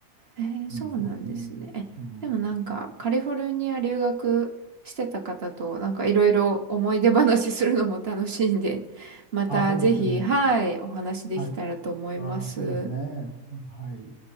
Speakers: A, on the right; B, on the right.
A: えー、
B: うん、
A: そうなんですね。
B: そうですね、
A: え、
B: うん、
A: でもなんか、カリフォルニア留学してた方と、なんかいろいろ思い出話するのも楽しいんで、またぜひ、
B: あ、そうですよね、
A: はい、お話できたらと思います。
B: はい、ああ、そうですね。はい。